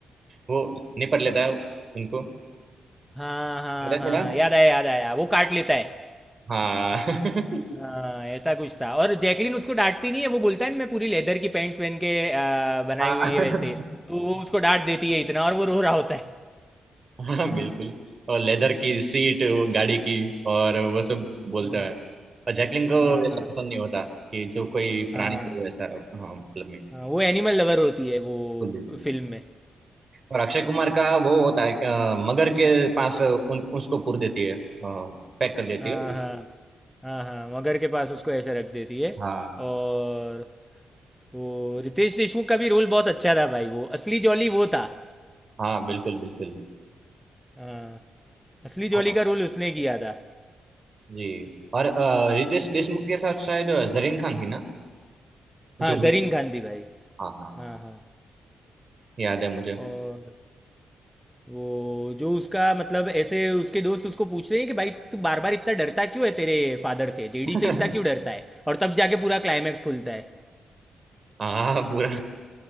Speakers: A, on the right (about 45°); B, in the centre.
A: वो निपट लेता है उनको
B: हाँ हाँ
A: याद है
B: हाँ
A: थोड़ा
B: याद आया याद आया वो काट लेता है
A: हाँ <laughs>
B: हाँ ऐसा कुछ था और जैकलिन उसको डांटती नहीं है वो बोलता है ना मैं पूरी लेदर की पैंट्स पहन के आ, बनाई
A: हाँ
B: हुई है वैसे तो वो उसको डांट देती है इतना और वो रो रहा होता है
A: हाँ, बिल्कुल और लेदर की सीट वो गाड़ी की और वो सब बोलता
B: हाँ
A: है और जैकलिन को
B: हाँ
A: ऐसा पसंद नहीं होता कि जो कोई प्राणी
B: हाँ
A: को ऐसा हाँ मतलब में
B: हाँ, वो एनिमल लवर होती है वो
A: बिल्कुल बिल्कुल
B: फिल्म में
A: और अक्षय कुमार का वो होता है कि, अ, मगर के पास उन, उसको पूर देती है पैक कर देती
B: हाँ
A: है
B: हाँ हाँ हाँ मगर के पास उसको ऐसे रख देती है
A: हाँ
B: और वो रितेश देशमुख का भी रोल बहुत अच्छा था भाई वो असली जॉली वो था
A: हाँ बिल्कुल बिल्कुल
B: हाँ असली जोली
A: और
B: का रोल उसने किया था
A: जी और अ, रितेश देशमुख के साथ शायद जरीन खान थी ना
B: हाँ
A: जो
B: जरीन खान थी भाई
A: हाँ हाँ हाँ
B: हाँ हाँ
A: याद है मुझे
B: और वो जो उसका मतलब ऐसे उसके दोस्त उसको पूछ रहे हैं कि भाई तू बार बार इतना डरता क्यों है तेरे फादर से जेडी
A: <laughs>
B: से इतना क्यों डरता है और तब जाके पूरा क्लाइमैक्स खुलता है
A: हाँ पूरा